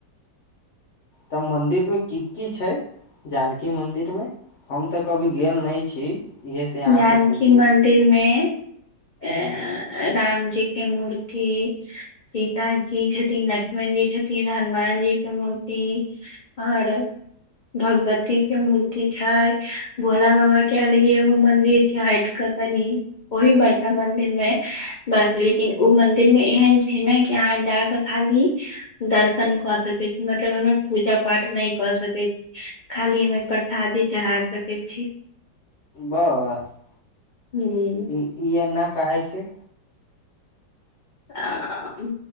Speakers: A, on the left; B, on the left.
A: तऽ मन्दिर मे की की छै जानकी मन्दिरमे हम तऽ कभी गेल नहि छी इहेसँ अहाँसँ
B: जानकी
A: पूछै
B: मन्दिर मे अ
A: हूँ
B: रामजी के मूर्ति सीता जी छथिन लक्ष्मन जी छथिन हनुमान जी के मूर्ति जी आर भगवती के मूर्ति छै भोला बाबा केल मंदिर छै हट के कनि ओहि बड़का मंदिर मे बस लेकिन ओ मंदिर एहन छै ने कि अहाँ जाक खाली दर्शन क सकै छी मतलब पूजा पा पाठ नहि क सकैत छी खाली हमे प्रसादी चढ़ा सकै छी
A: बस
B: हूँ
A: ई ई एना कहे छै
B: आ- आ